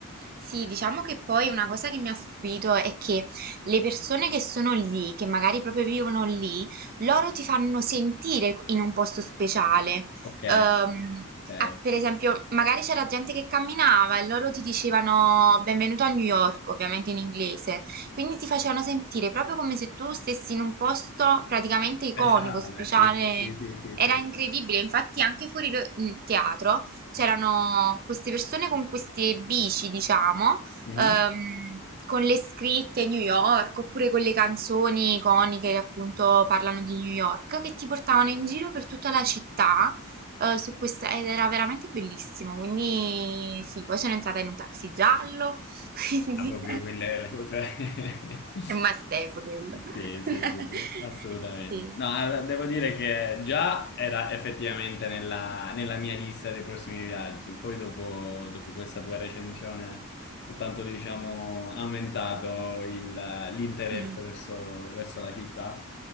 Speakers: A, on the right; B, on the left.
A: Sì, diciamo che poi una cosa che mi ha stupito è che le persone che sono lì, che magari proprio vivono lì, loro ti fanno sentire in un posto speciale.
B: Ok,
A: Ehm,
B: ok.
A: ah, per esempio, magari c'era gente che camminava e loro ti dicevano benvenuto a New York, ovviamente in inglese. Quindi ti facevano sentire proprio come se tu stessi in un posto praticamente iconico,
B: Speciale,
A: speciale.
B: sì, sì, sì, sì,
A: Era
B: sì.
A: incredibile, infatti anche fuori lo- in teatro c'erano queste persone con queste bici, diciamo,
B: Mhm.
A: ehm, con le scritte New York oppure con le canzoni iconiche che appunto parlano di New York, che ti portavano in giro per tutta la città. eh, su questa, ed era veramente bellissimo, quindi sì, poi sono entrata in un taxi giallo, <laughs> quindi
B: Ah, proprio quella è la cosa. <laughs>
A: è un must have quello.
B: Sì, sì,
A: <laughs>
B: sì, sì, assolutamente.
A: Sì.
B: No, allora, devo dire che già era effettivamente nella, nella mia lista dei prossimi viaggi. Poi dopo, dopo questa tua recensione ho tanto, diciamo, aumentato il- l'interesse
A: Mm.
B: verso, verso la città,